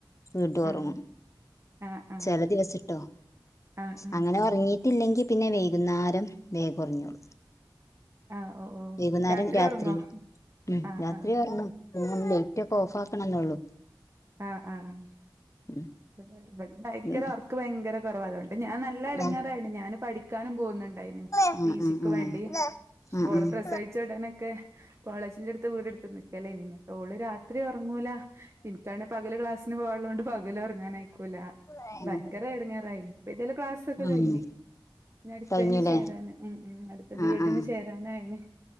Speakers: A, on the left; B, on the right.
A: വീണ്ടും ഒറങ്ങും
B: ആഹ് ആഹ് ആഹ്
A: ചില ദിവസംട്ടോ
B: ആഹ് ആഹ്
A: അങ്ങനെ ഉറങ്ങിട്ട് ട്ടില്ലെങ്കിൽ പിന്നെ വൈകുന്നാരം രം വേഗം ഒർങ്ങി ഓള്
B: ആഹ് ഓ ഓ
A: വൈകുന്നേരം രാത്രി
B: ഉറങ്ങോ
A: ഉം
B: ആഹ്
A: രാത്രി
B: ആഹ്
A: ഒർങ്ങും ലേറ്റ് ഒക്കെ ഓഫ് ആക്കണംന്നൊള്ളു
B: ആഹ് ആഹ് ആഹ്
A: ഉം
B: വടെ വട്ണ്ടായി ൻക്കൊരൊർക്ക്
A: ഉം
B: വയങ്കര കൊറവാ അതോ ണ്ട് ഞാ നല്ല
A: ഉം
B: ഇടങ്ങാറായീണ്
A: ഉം
B: ഞാന് പഠിക്കാനും പോകുന്നുണ്ടായിനു
A: ഉം
B: പി ജി
A: ഉം ഉം ഉം ഉം
B: ക്ക് വേണ്ടി
A: ഉം
B: അപ്പോള
A: ഉം
B: പ്രസവിച്ച ഉടനൊക്കെ കോളേജിന്റെ അടുത്ത് വീട് ട്ത്ത്ന്ന് ക്കലേനിന്ന് ഓള് രാത്രി ഒറങ്ങൂല. ഇൻ ന്നെ പകല് ക്ലാസിന് പോവാള്ളോണ്ട് പകല് ഒർങ്ങാനയി ക്കൂലാ.
A: ഉം
B: ഭയങ്കര എടങ്ങാറായിന് ഇപ്പ ഏത്യാലും ക്ലാസ് ഒക്കെ
A: ഉം
B: കഴിഞ്ഞ്. ഇഞ്ഞട്ത്തേന്
A: കഴിഞ്ഞുല്ലേ
B: ചേരാന് ഉം ഉം അടുത്ത ബി
A: ആഹ്
B: എഡിന്
A: ആഹ്
B: ചേരാനായിന്.